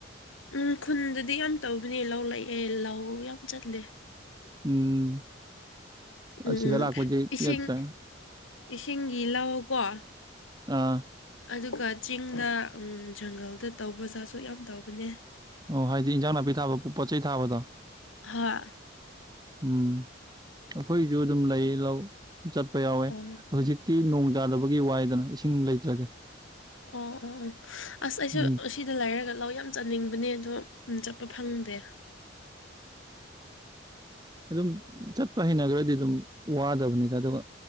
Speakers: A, on the left (about 80°); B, on the right (about 20°).
A: ꯎꯝ ꯈꯨꯟꯗꯗꯤ ꯌꯥꯝ ꯇꯧꯕꯅꯦ ꯂꯧ ꯂꯛꯑꯦ ꯂꯧ ꯌꯥꯝ ꯆꯠꯂꯦ
B: ꯎꯝ ꯑꯁꯤꯗ
A: ꯎꯝ
B: ꯂꯥꯛꯄꯗꯤ
A: ꯏꯁꯤꯡ
B: ꯅꯠꯇ꯭ꯔꯥ
A: ꯏꯁꯤꯡꯒꯤ ꯂꯥꯛꯑꯣ ꯀꯣ
B: ꯑꯥ
A: ꯑꯗꯨꯒ ꯆꯤꯡꯗ ꯖꯪꯒꯜꯗ ꯇꯧꯕꯖꯥ ꯑꯁꯨꯛ ꯌꯥꯝ ꯇꯧꯕꯅꯦ
B: ꯑꯣ ꯍꯥꯏꯗꯤ ꯏꯟꯖꯥꯡ ꯅꯥꯄꯤ ꯊꯥꯕ ꯄꯣꯠ ꯆꯩ ꯊꯥꯕꯗꯣ
A: ꯍꯥꯥ
B: ꯎꯝ ꯑꯩꯈꯣꯏꯁꯨ ꯑꯗꯨꯝ ꯂꯩ ꯂꯧ ꯆꯠꯄ ꯌꯥꯎꯋꯦ
A: ꯑꯣ
B: ꯍꯧꯖꯤꯛꯇꯤ ꯇꯤ ꯅꯣꯡ ꯇꯥꯗꯕꯒꯤ ꯋꯥꯏꯗꯅ ꯏꯁꯤꯡ ꯂꯩꯇ꯭ꯔꯗꯤꯦ
A: ꯑꯣ ꯑꯣ ꯑꯣ ꯑꯁ ꯑꯩꯁꯨ
B: ꯎꯝ
A: ꯁꯤꯗ ꯂꯩꯥꯏꯔꯒ ꯂꯧ ꯌꯥꯝ ꯆꯥꯅꯤꯡꯕꯅꯦ ꯑꯗꯣ ꯑꯗꯨꯝ ꯆꯠꯄ ꯐꯪꯗꯦ
B: ꯑꯗꯨ ꯑꯗꯨꯝ ꯆꯠꯄ ꯍꯅ ꯀꯔꯗꯤ ꯑꯗꯨꯝ ꯋꯥꯗꯕꯅꯤꯗ ꯑꯗꯨꯒ